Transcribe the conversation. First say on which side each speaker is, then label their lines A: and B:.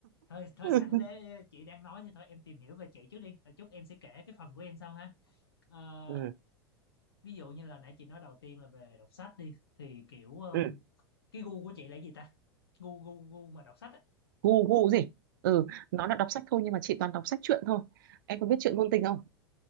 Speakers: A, on the left (about 70°); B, on the right (about 55°).
A: thôi thôi
B: Ừ,
A: sẵn để chị đang nói thì thôi em tìm hiểu về chị trước đi, rồi chút em sẽ kể cái phần của em sau ha. Ờ,
B: ừ,
A: ví dụ như là nãy chị nói đầu tiên là về đọc sách đi, thì kiểu ờm,
B: ừ.
A: cái gu của chị là gì ta? Gu gu gu mà đọc sách á?
B: Gu gu gì? Ừ, nó là đọc sách thôi nhưng mà chị toàn đọc sách truyện thôi. Em có biết truyện ngôn tình không?